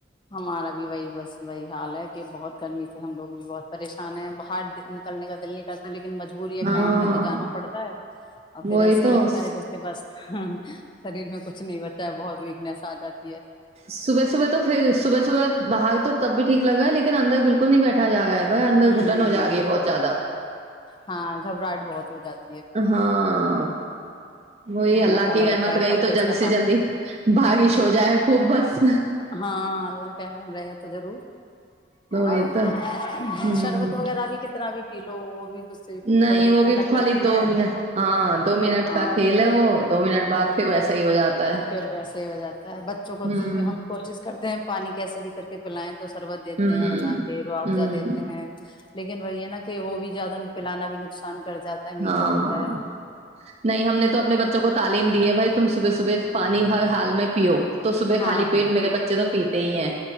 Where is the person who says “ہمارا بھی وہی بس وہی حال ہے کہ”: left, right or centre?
Left